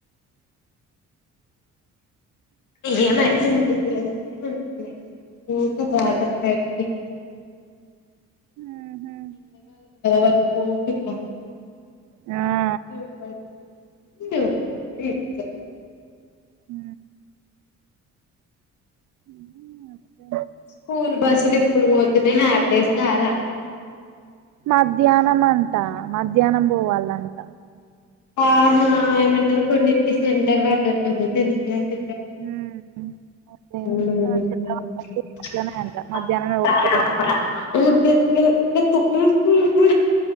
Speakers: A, on the left; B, on the right.
A: ఏమై <unintelligible> ఉ ఇంక వాటర్ పైపు ఎక్కుతున్నాయి.
B: ఉహు
A: వట్కు కిన్నా
B: ఆ
A: <unintelligible> ద
B: హ ఉ అప్పే
A: స్కూల్ బస్సులు ఇప్పుడు పోతున్నాయి హ్యాపీ డేస్ దారా
B: మధ్యాహ్నం అంట, మధ్యాహ్నం పోవాలంట.
A: ఆహ ఏమంటారు కొన్నిటికి సెంటర్ పడ్డట్టుంది టెన్త్ క్లాస్.
B: హ్మ్ అదే
A: <unintelligible>
B: ఆ చిన్నవాళ్ళకి అట్లనే అంట మధ్యాహ్నమే కొడతారట
A: తు <unintelligible> ఉ హుహు